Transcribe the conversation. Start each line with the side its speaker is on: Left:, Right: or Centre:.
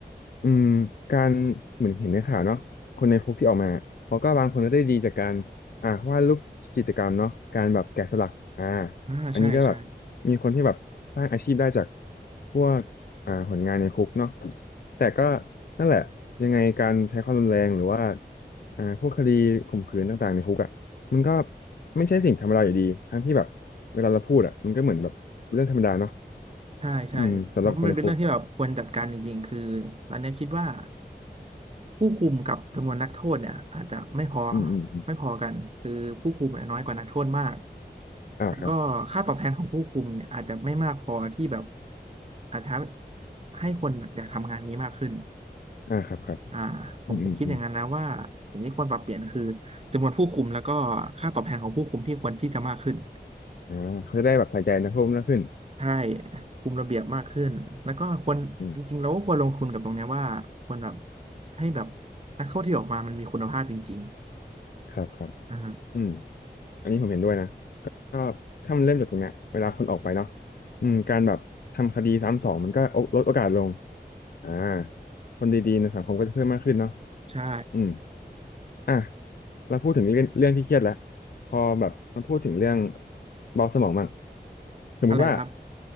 Left: อืมการเหมือนเห็นในข่าวเนาะคนในคุกที่ออกมาเขาก็บางคนก็ได้ดีจากการอ่าวาดรูปจิตรกรรมเนาะการแบบแกะสลักอ่า
Right: อ่าใช่ใช่
Left: อันนี้ก็แบบมีคนที่แบบสร้างอาชีพได้จากพวกอ่าผลงานในคุกเนาะแต่ก็นั่นแหละยังไงการใช้ความรุนแรงหรือว่าอ่าพวกคดีข่มขืนต่างๆในคุกอ่ะมันก็ไม่ใช่สิ่งธรรมดาอยู่ดีทั้งที่แบบเวลาเราพูดอ่ะมันก็เหมือนแบบเรื่องธรรมดาเนาะ
Right: ใช่ใช่แต่ว่ามันเป็นเรื่องที่แบบควรจัดการจริงๆ
Left: อืมสำหรับคนในคุก
Right: คือตอนเนี้ยคิดว่า ผู้คุมกับจำนวนนักโทษเนี่ยอาจจะไม่พอ
Left: อืมอืมอม
Right: ไม่พอกันคือผู้คุมเนี่ยน้อยกว่านักโทษมาก
Left: อ่าครับ
Right: แล้วก็ค่าตอบแทนของผู้คุมเนี่ยอาจจะไม่มากพอที่แบบอาจจะให้คนอยากทำงานนี้มากขึ้น
Left: อ่าครับครับ
Right: อ่าผมผมคิดอย่างนั้นนะว่าสิ่งที่ควรปรับเปลี่ยนคือ
Left: อืมอืมอืม
Right: จำนวนผู้คุมแล้วก็ค่าตอบแทนของผู้คุมที่ควรที่จะมากขึ้น
Left: อ่าเขาจะได้แบบใส่ใจนักโ่ษมากขึ้น
Right: ใช่คุมระเบียบมากขึ้นแล้วก็ควรจริงๆเราก็ควรลงทุนกับตรงเนี้ยว่าควรแบบ
Left: อืม
Right: ให้แบบนักโทษที่ออกมามันมีคุณภาพจริง
Left: ครับครับ
Right: ๆอ่า
Left: อืมอันนี้ผมเห็นด้วยนะก็ถ้ามันเริ่มจากตรงเนี้ยเวลาคนออกไปเนาะอืมการแบบทำคดีซ้ำสองมันก็ลดโอกาสลงอ่าคนดีๆในสังคมก็จะเพิ่มมากขึ้นเนาะ
Right: ใช่
Left: อืมอ่ะเราพูดถึงเรื่องเรื่องที่เครียดแล้วพอแบบมาพูดถึงเรื่องเบาสมองบ้างสมมุติว่า
Right: อะไรนะครับ